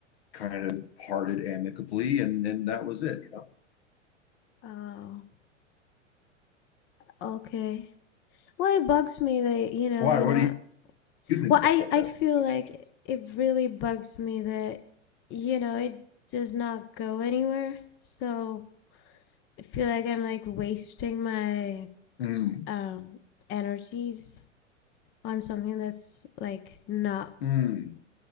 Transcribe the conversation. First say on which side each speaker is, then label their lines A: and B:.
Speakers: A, on the left; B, on the left.
A: kind of parted amicably, and and that was it, you know.
B: Oh, okay. Well, it bugs me that, you know,
A: Why?
B: you
A: What
B: know.
A: do you, you think
B: Well,
A: about
B: I I
A: casual
B: feel
A: relationships?
B: like it really bugs me that, you know, it does not go anywhere. So, I feel like I'm like wasting my
A: Mm,
B: um energies on something that's like not
A: mm,